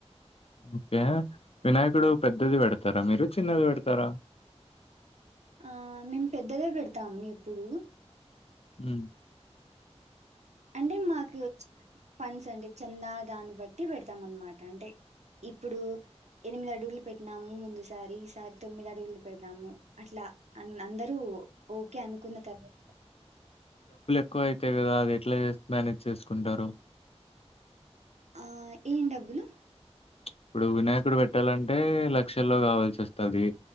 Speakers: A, on the left; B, on the right.
A: ఓకే వినాయకుడు పెద్దది పెడతారా మీరు చిన్నది పెడతారా
B: ఆ మేము పెద్దదే పెడతాము ఎప్పుడూ
A: ఊ
B: అంటే మాకు ఫండ్స్ అంటే చందా దాన్ని బట్టి పెడతాం అనమాట అంటే ఇప్పుడు ఎనిమిది అడుగులు పెట్టినాము ముందుసారి ఈసారి తొమ్మిది అడుగులు పెడదాము అట్లా అన్ అందరూ ఓకే అనుకున్న తర్వా
A: క్కువ అయితాయు కదా అది ఎట్ల చే మేనేజ్ చేసుకుంటారు
B: ఆ ఏం డబ్బులు
A: ఇప్పుడు వినాయకుడు పెట్టాలంటే లక్షల్లో కావాల్సి వస్తది